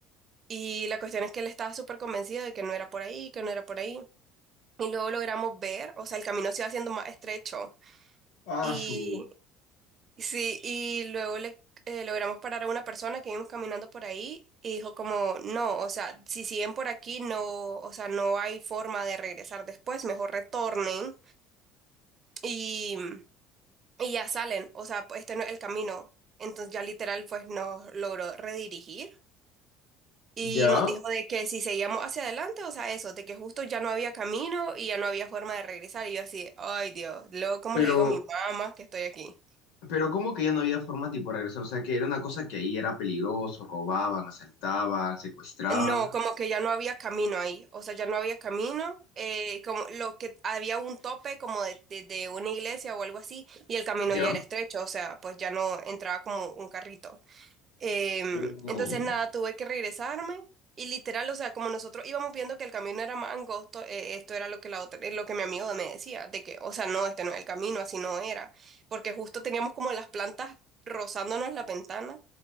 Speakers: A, on the right (about 30°); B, on the left (about 80°).
A: Y la cuestión es que él estaba súper convencido de que no era por ahí, que no era por ahí. Y luego logramos ver, o sea, el camino se iba haciendo más estrecho.
B: Ah,
A: Y
B: su.
A: sí, y luego le eh, logramos parar a una persona que íbamos caminando por ahí y dijo como, no, o sea, si siguen por aquí, no, o sea, no hay forma de regresar después, mejor retornen y, y ya salen, o sea, pues, este no es el camino. Entonces ya literal pues nos logró redirigir Y
B: Ya,
A: nos dijo de que si seguíamos hacia adelante, o sea, eso, de que justo ya no había camino y ya no había forma de regresar. Y yo así, ay Dios, luego, ¿cómo
B: pero
A: le digo a mi mamá que estoy aquí?
B: Pero ¿cómo que ya no había forma tipo de regresar? O sea, que era una cosa que ahí era peligroso, robaban, asaltaban, secuestraban,
A: No, como que ya no había camino ahí, o sea, ya no había camino, eh, como lo que había un tope como de, de- de una iglesia o algo así, y el camino
B: ¿ya?
A: ya era estrecho, o sea, pues ya no entraba como un carrito. Em,
B: Oh,
A: entonces, nada, tuve que regresarme y literal, o sea, como nosotros íbamos viendo que el camino era más angosto, eh, esto era lo que la otra, eh, lo que mi amigo me decía, de que, o sea, no, este no es el camino, así no era, porque justo teníamos como las plantas rozándonos la ventana